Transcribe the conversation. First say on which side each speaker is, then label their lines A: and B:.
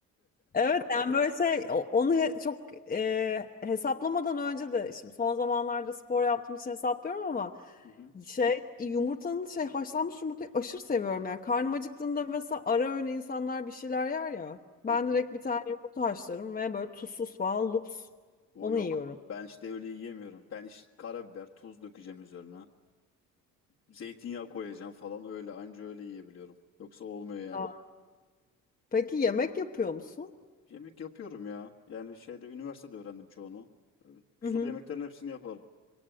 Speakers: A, on the left; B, on the left.
A: Evet yani böyle şey o- onu he- çok e, hesaplamadan önce de şimdi son zamanlarda spor yaptığım için hesaplıyorum ama
B: <laughs> Hı hı,
A: şey yumurtanın şey haşlanmış yumurtayı aşırı seviyorum yani karnım acıktığında mesela ara öğün insanlar bir şeyler yer ya ben
B: hı hı.
A: direkt bir tane yumurta haşlarım ve böyle tuzsuz falan lups
B: O
A: onu
B: yok.
A: yiyorum.
B: Ben işte öyle yiyemiyorum. Ben işte karabiber, tuz dökeceğim üzerine. Zeytinyağı koyacağım falan öyle anca öyle yiyebiliyorum. Yoksa olmuyor yani.
A: Aa. Peki yemek yapıyor musun?
B: Yemek yapıyorum ya. Yani şeyde üniversitede öğrendim çoğunu. Ee,
A: Hı
B: Sulu
A: hı.
B: yemeklerin hepsini yaparım.